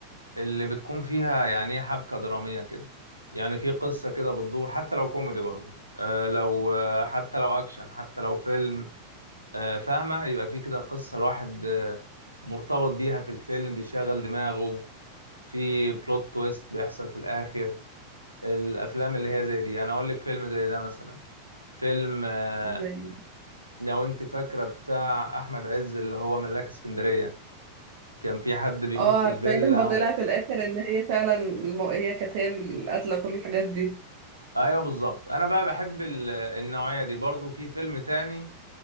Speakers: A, on the right; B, on the right.
A: اللي بتكون فيها يعني إيه حبكة درامية كده يعني في قصة كده بتدور حتى لو كوميدي برضو آه لو آه حتى لو أكشن حتى لو فيلم آه فاهمة يبقى في كده قصة الواحد آه مرتبط بيها في الفيلم بيشغل دماغه في بلوت تويست بيحصل في الآخر الأفلام اللي هي زي دي يعني أقول لك فيلم زي ده مثلا فيلم آه
B: زي
A: لو أنت فاكرة بتاع أحمد عز اللي هو ملاك اسكندرية كان في حد بيموت
B: اه
A: في
B: عارفه
A: الفيلا
B: إيه لما طلع في الاخر ان هي فعلا المو... هي كانت هي القاتله وكل الحاجات دي
A: ايوه بالظبط انا بقى بحب ال- النوعيه دي برضو في فيلم تاني